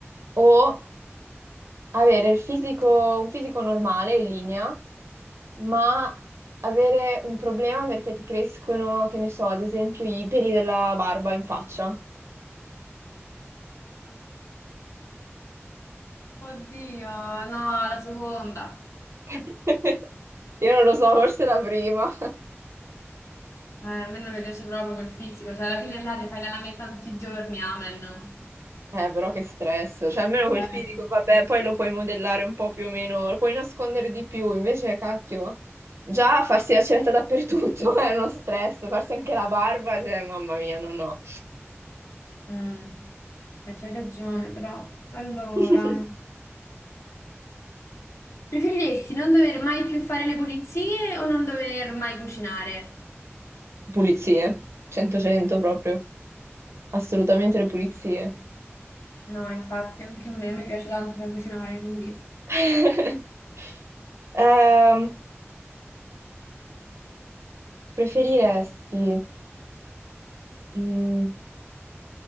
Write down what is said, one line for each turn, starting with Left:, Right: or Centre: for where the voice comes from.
Right: o avere il fisico, un fisico normale in linea, ma avere un problema perché ti crescono, che ne so, ad esempio i peli della barba in faccia.
Left: Oddio, no, la seconda.
Right: <laughs>
Left: <laughs>
Right: Io non lo so, forse la prima. <laughs>
Left: Eh, a me non mi piace proprio quel fisico, cioè alla fine là ti fai la lametta tutti i giorni, amen.
Right: Eh, però che stress. Cioè, almeno quel
Left: Eh,
Right: fisico,
Left: no.
Right: vabbè, poi lo puoi modellare un po' più o meno, lo puoi nascondere di più, invece, cacchio. Già farsi la ceretta dappertutto <laughs> è uno stress, farsi anche la barba, cioè, mamma mia, no, no.
Left: Mm. Beh, c'hai ragione, però. Allora,
Right: <laughs>
Left: preferiresti non dover mai più fare le pulizie o non dover mai cucinare?
Right: Pulizie, 100-100 proprio. Assolutamente le pulizie.
Left: No, infatti anche a me mi piace tanto per cucinare, quindi...
Right: <laughs> Ehm, preferiresti mm,